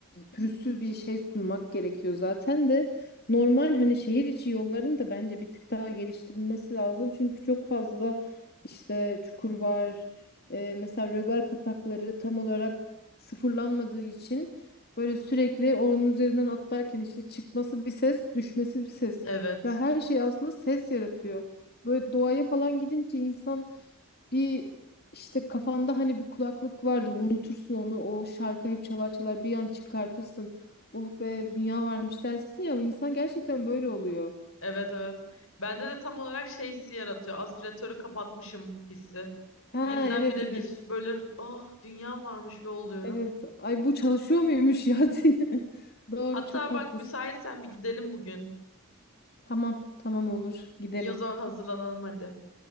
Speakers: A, on the left; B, on the left.
A: pürüzsüz bir şey sunmak gerekiyor zaten de normal hani şehir içi yolların da bence bir tık daha geliştirilmesi lazım. Çünkü çok fazla işte çukur var. E, mesela rögar kapakları tam olarak sıfırlanmadığı için böyle sürekli onun üzerinden atlarken işte çıkması bir ses, düşmesi bir ses.
B: Evet.
A: Ya her şey aslında ses yaratıyor. Böyle doğaya falan gidince insan bir işte kafanda hani bir kulaklık vardır unutursun onu o şarkı hep çalar çalar bir an çıkartırsın. Oh be dünya varmış dersin ya insan gerçekten böyle oluyor.
B: Evet evet. Bende de tam olarak şey hissi yaratıyor. Aspiratörü kapatmışım hissi.
A: Ha
B: Birdenbire
A: evet evet.
B: bir böyle ah dünya varmış ve oluyorum.
A: Evet ay bu çalışıyor muymuş ya <laughs> diye. Doğru
B: Hatta
A: çok haklısın.
B: bak müsaitsen bir gidelim bugün.
A: Tamam tamam olur gidelim.
B: İyi o zaman hazırlanalım hadi.